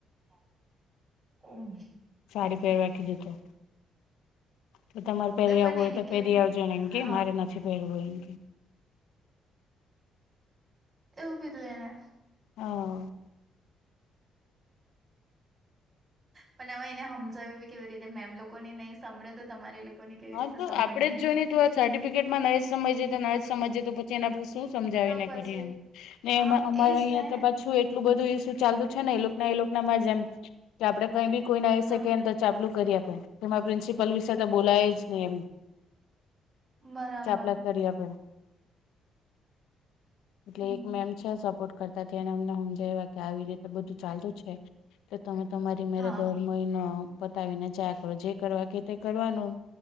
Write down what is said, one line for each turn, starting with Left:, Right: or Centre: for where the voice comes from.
Right: <inaudible> હમ
Left: સાડી પહેરવા કેધું તું. તો તમારે પહેરી
Right: એ પણ
Left: આવવું
Right: એને
Left: હોય તો
Right: કે
Left: પહેરી
Right: છે
Left: આવજો ને એમકે
Right: હા
Left: મારે નથી પહેરવું હોય એમકે.
Right: એવું કીધું એને
Left: હા
Right: પણ હવે એને સમજાવી બી કેવી રીતે મેમ લોકો ને નહીં સાંભળે તો તમારી લોકોને કેવી
Left: હા
Right: રીતે
Left: તો
Right: સાંભળવાની
Left: આપડે જ જોઈ ન તું આ સર્ટિફિકેટમાં ન જ સમજી જે તો ન જ સમજ જે તો જેના પરડ શું સમજાવી
Right: તો
Left: ને
Right: પછી
Left: કરીએ? એમ ને
Right: હા
Left: અમારે
Right: એજ
Left: અહીંયા
Right: ને
Left: તો પાછું એટલું બધું ઇસ્યુ ચાલતું છે ને એલોક ના એલોક નામાં જ એમ કે આપણે કંઈ બી કોઈને વીષે
Right: હા
Left: કીયે. ચાપલું કરી આપે તે પ્રિન્સિપલ વિશે બોલાય નહી એમ
Right: બરાબર!
Left: ચાપલા કરી આપે
Right: હમ
Left: એટલે એક મેમ છે. સપોર્ટ કરતા તેને અમને સમજાયવા કે આવી રીતે બધું ચાલતું છે. તો તમે તમારી મેરા
Right: હા
Left: દોઢ મહિનો પતાવીને ચા <inaudible> કરો. જે કરવા કે તે કરવાનું.